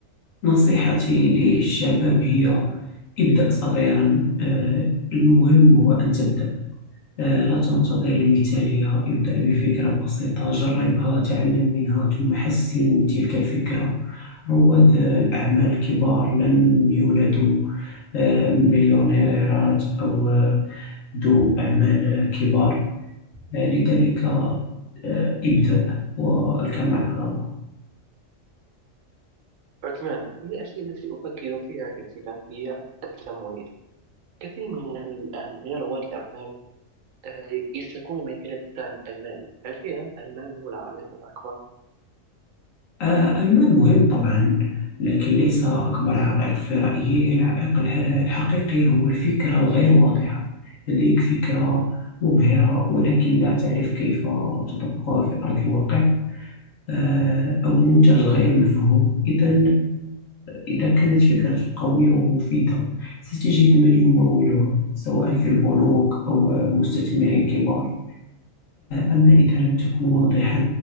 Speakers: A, on the left; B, on the right.
A: نصيحتي للشباب هي ابدأ صغيرا آه، المهم هو أن تبدأ آه، لا تنتظر المثالية ابدأ بفكرة بسيطة جربها تعلم منها ثم حسن من تلك الفكرة رواد آه، الأعمال الكبار لم يولدوا آه، مليونيرات أو آه، ذو أعمال آه، كبار آه، لذلك آه، ابدأ والكمال على الله
B: عثمان، من الأشياء التي أفكر فيها كثيرا هي التمويل. كثير من الأعم- من رواد الأعمال آه، يشتكون من قلة الدعم المالي. حرفيا المال هو العائق الأكبر
A: آه، المال مهم طبعا لكن ليس أكبر عائق في رأيي العائق الح- الحقيقي هو الفكرة الغير واضحة لديك فكرة مبهرة ولكن لا تعرف كيف تطبقها في أرض الواقع آه، أو منتج غير مفهوم إذا إذا كانت فكرتك قوية ومفيدة ستجد من يمولها سواء في البنوك أو مستثمرين كبار أما إذا لم تكن واضحا